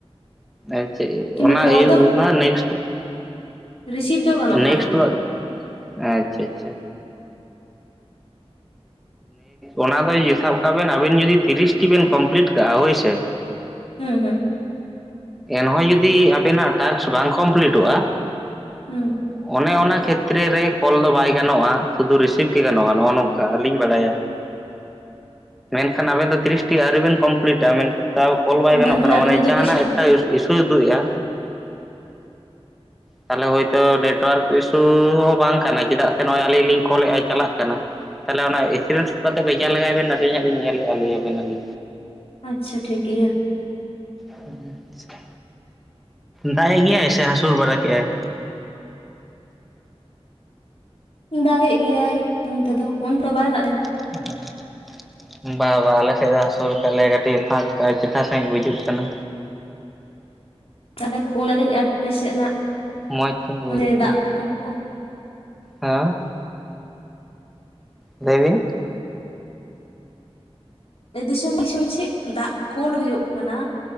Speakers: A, in the centre; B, on the left.
A: ᱟᱨ ᱪᱮᱫ
B: ᱠᱤᱱᱛᱩ
A: ᱚᱱᱟ
B: ᱠᱚᱞ
A: ᱤᱭᱟᱹ ᱚᱱᱟ ᱱᱮᱠᱥᱴ
B: ᱨᱤᱥᱤᱵᱽ ᱫᱚ ᱜᱟᱱᱚᱜ
A: ᱱᱮᱠᱥᱴ
B: ᱠᱟᱱᱟ
A: <unintelligible> ᱟᱪᱪᱷᱟ ᱟᱪᱪᱷᱟ ᱚᱱᱟ ᱫᱚ ᱥᱟᱵ ᱠᱟᱜ ᱵᱮᱱ ᱟᱵᱮᱱ ᱡᱩᱫᱤ ᱛᱤᱨᱤᱥᱴᱤ ᱵᱮᱱ ᱠᱚᱢᱯᱞᱤᱴ ᱠᱟᱜᱼᱟ, ᱦᱳᱭᱥᱮ
B: ᱦᱮᱸ ᱦᱮᱸ
A: ᱮᱱᱦᱚᱸ ᱡᱩᱫᱤ ᱟᱵᱮᱱᱟᱜ ᱴᱟᱥᱠ ᱵᱟᱝ ᱠᱚᱢᱯᱞᱤᱴᱚᱜᱼᱟ᱾
B: ᱦᱩᱸ
A: ᱚᱱᱮ ᱚᱱᱟ ᱠᱷᱮᱛᱨᱮ ᱨᱮ ᱠᱚᱞ ᱫᱚ ᱵᱟᱭ ᱜᱟᱱᱚᱜᱼᱟ ᱥᱩᱫᱩ ᱨᱤᱥᱤᱵᱷ ᱜᱮ ᱜᱟᱱᱚᱜᱼᱟ ᱱᱚᱜᱼᱚ ᱱᱚᱝᱠᱟ ᱟᱹᱞᱤᱧ ᱵᱟᱲᱟᱭᱟ ᱢᱮᱱᱠᱷᱟᱱ ᱟᱵᱮᱱ ᱫᱚ ᱛᱤᱨᱤᱥᱴᱤ ᱟᱹᱣᱨᱤ ᱵᱮᱱ ᱠᱚᱢᱯᱞᱤᱴᱼᱟ ᱢᱮᱱ ᱛᱟᱣ ᱠᱚᱞ ᱵᱟᱭ ᱜᱟᱱᱚᱜ
B: ᱵᱟᱝᱠᱷᱟᱱ
A: ᱠᱟᱱᱟ᱾
B: ᱟᱹᱞᱤᱧᱟᱜ
A: ᱢᱟᱱᱮ
B: ᱫᱚ
A: ᱡᱟᱦᱟᱱᱟᱜ
B: ᱛᱤᱥ ᱦᱮᱸ
A: ᱮᱠᱴᱟᱜ ᱤᱥᱩᱭ ᱩᱫᱩᱜᱮᱫᱼᱟ᱾ ᱛᱟᱦᱚᱞᱮ ᱦᱳᱭᱛᱳ ᱱᱮᱴᱚᱣᱟᱨᱠ ᱤᱥᱩ ᱦᱚᱸ ᱵᱟᱝ ᱠᱟᱱᱟ ᱪᱮᱫᱟᱜ ᱥᱮ ᱱᱚᱜᱼᱚᱭ ᱟᱹᱞᱤᱧ ᱞᱤᱝ ᱠᱚᱞᱮᱫᱼᱟᱭ ᱪᱟᱞᱟᱜ ᱠᱟᱱᱟ ᱛᱟᱦᱚᱞᱮ ᱚᱱᱟ ᱮᱥᱠᱨᱤᱱᱥᱚᱴ ᱠᱟᱛᱮ ᱵᱷᱮᱡᱟ ᱞᱮᱜᱟᱭ ᱵᱮᱱ ᱟᱹᱞᱤᱧ ᱦᱟᱸᱜ ᱞᱤᱧ ᱧᱮᱞᱮᱫᱼᱟ ᱞᱟᱹᱭᱟᱵᱮᱱᱟᱞᱤᱧ
B: ᱟᱪᱪᱷᱟ ᱴᱷᱤᱠ ᱜᱮᱭᱟ᱾
A: ᱟᱪᱪᱷᱟ ᱫᱟᱜ ᱜᱮᱭᱟᱭ ᱥᱮ ᱦᱟᱹᱥᱩᱨ ᱵᱟᱲᱟ ᱠᱮᱫᱟᱭ?
B: ᱫᱟᱜ ᱮᱫ ᱜᱮᱭᱟᱭ ᱚᱱᱛᱮᱮᱫᱚ ᱚᱱᱛᱮ ᱵᱟᱭ ᱫᱟᱜ ᱮ
A: ᱦᱮ ᱵᱟ ᱵᱟ ᱟᱞᱮᱥᱮᱫ ᱫᱚ ᱦᱟᱹᱥᱩᱨ ᱠᱟᱜ ᱞᱮᱭᱟ ᱠᱟᱹᱴᱤᱡ ᱯᱷᱟᱸᱠᱼᱟ ᱪᱮᱴᱷᱟ ᱥᱟᱺᱦᱤᱡ ᱵᱩᱡᱩᱜ ᱠᱟᱱᱟ
B: ᱛᱟᱞᱦᱮ ᱠᱩᱞᱟᱞᱤᱧ ᱟᱯᱮᱥᱮᱫ ᱱᱟᱜ
A: ᱢᱚᱡᱽ ᱧᱚᱜ ᱵᱩᱡᱩᱜ
B: ᱚᱸᱰᱮ
A: ᱠᱟᱱᱟ
B: ᱫᱟᱜ ᱛᱮᱛᱟᱝ ᱠᱚ
A: ᱦᱮᱸ ᱞᱟ. ᱭ ᱵᱤᱱ
B: ᱫᱤᱥᱚᱢ ᱫᱤᱥᱚᱢ ᱥᱮᱫ ᱫᱟᱜ ᱠᱳᱞ ᱦᱩᱭᱩᱜ ᱠᱟᱱᱟ